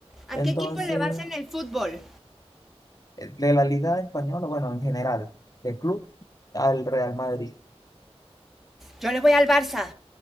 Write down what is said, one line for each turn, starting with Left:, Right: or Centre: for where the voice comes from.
Centre: ¿A
Left: Entonces,
Centre: qué equipo le vas en el fútbol?
Left: eh, de la Liga Española, bueno, en general, de club al Real Madrid.
Centre: Yo le voy al Barça.